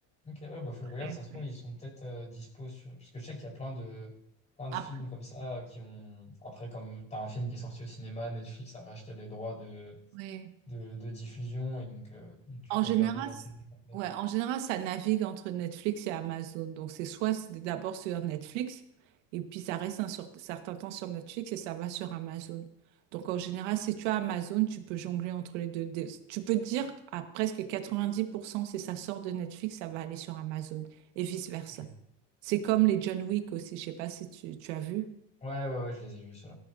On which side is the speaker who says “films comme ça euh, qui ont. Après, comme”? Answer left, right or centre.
Left